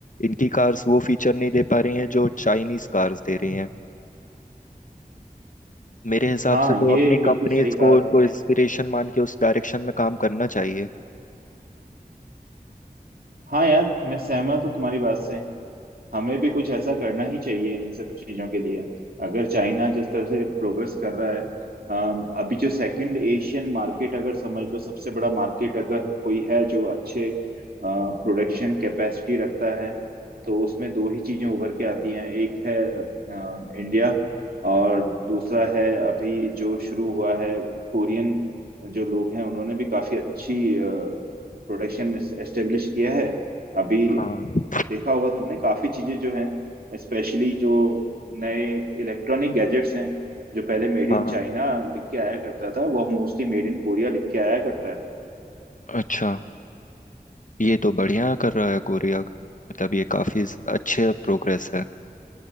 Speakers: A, on the left (about 55°); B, on the right (about 70°).
A: इनकी कार्स वो फीचर नहीं दे पा रही हैं जो चाइनीज कार्स दे रही हैं मेरे हिसाब
B: हाँ
A: से तो
B: ये
A: अपनी
B: बिल्कुल
A: कंपनीज
B: सही कहा
A: को उनको
B: तुमने
A: इंस्पिरेशन मान के उस डायरेक्शन में काम करना चाहिए
B: हाँ यार मैं सहमत हूँ तुम्हारी बात से हमें भी कुछ ऐसा करना ही चाहिए इन सब चीजों के लिए अगर चाइना जिस तरह से प्रोग्रेस कर रहा है अम, अभी जो सेकंड एशियन मार्केट अगर समझ लो सबसे बड़ा मार्केट अगर कोई है जो अच्छे प्रोडक्शन कैपेसिटी रखता है तो उसमें दो ही चीजें उभर के आती हैं एक है अ, इंडिया और दूसरा है अभी जो शुरू हुआ है कोरियन जो लोग हैं उन्होंने भी काफी अच्छी प्रोडक्शन एस्टेब्लिश किया है अभी
A: हाँ
B: देखा होगा तुमने काफी चीजें जो हैं स्पेशली जो नए इलेक्ट्रॉनिक गैजेट्स हैं जो पहले मेड इन
A: हाँ
B: चाइना लिख के आया करता था वो अब मोस्टली मेड इन कोरिया लिख के आया करता
A: अच्छा ये तो बढ़िया कर रहा है कोरिया मतलब ये काफी अच्छे प्रोग्रेस है